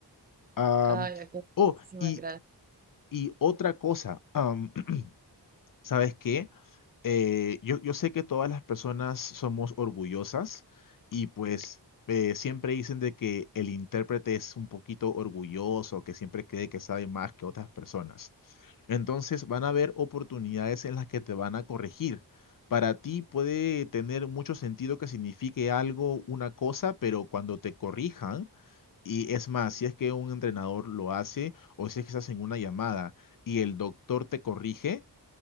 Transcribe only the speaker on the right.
Ay, ok.
Muchísimas
gracias.